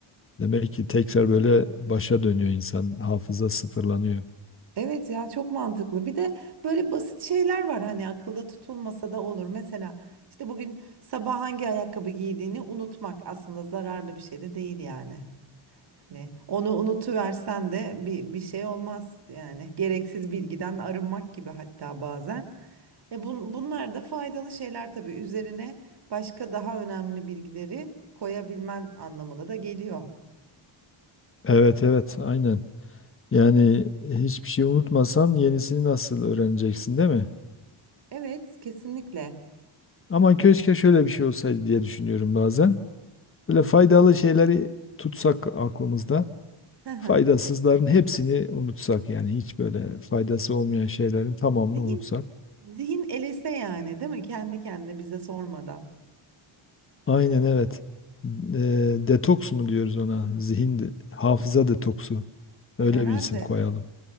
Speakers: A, on the left (about 25°); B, on the right (about 50°).
A: Demek ki tekrar böyle başa dönüyor insan. Hafıza sıfırlanıyor.
B: Evet ya çok mantıklı. Bir de böyle basit şeyler var hani akılda tutulmasa da olur. Mesela işte bugün sabah hangi ayakkabı giydiğini unutmak aslında zararlı bir şey de değil yani. Hani onu unutuversen de bir, bir şey olmaz yani. Gereksiz bilgiden arınmak gibi hatta bazen. E bun, bunlar da faydalı şeyler tabii. Üzerine başka daha önemli bilgileri koyabilmen anlamına da geliyor.
A: Evet evet aynen. Yani hiçbir şey unutmasan yenisini nasıl öğreneceksin değil mi?
B: Evet, kesinlikle.
A: Ama keşke şöyle bir şey olsaydı diye düşünüyorum bazen. Böyle faydalı şeyleri tutsak aklımızda.
B: Hı hı.
A: Faydasızların hepsini unutsak yani hiç böyle faydası olmayan şeylerin tamamını
B: Zihin,
A: unutsak.
B: zihin elese yani, değil mi? Kendi kendine bize sormadan.
A: Aynen evet. Eee, detoks mu diyoruz ona? Zihin, de- hafıza detoksu. Öyle
B: Herhalde
A: bir isim koyalım.